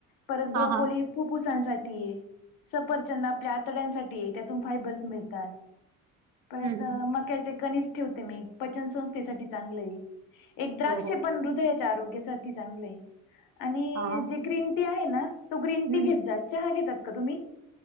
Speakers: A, on the left; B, on the right.
A: परत ब्रोकोली
B: हा हा
A: खूप सांसाठी ये सपरचंद आपल्या सगळ्यासाठी आहे त्यातून फायब्रश मिळेतात, परत
B: हम्म हम्म
A: माक्कक्याचे कणीस.. ठ मी पन संस्थेसाठी चांगल हाय द्राक्ष
B: हो हो
A: पण हद आरोग्या चांगले आणि
B: हा हा
A: जे ग्रीन टी आहे ना तो ग्रीन
B: हम्म.
A: टी घेत जात. चहा घेतात का तुम्ही?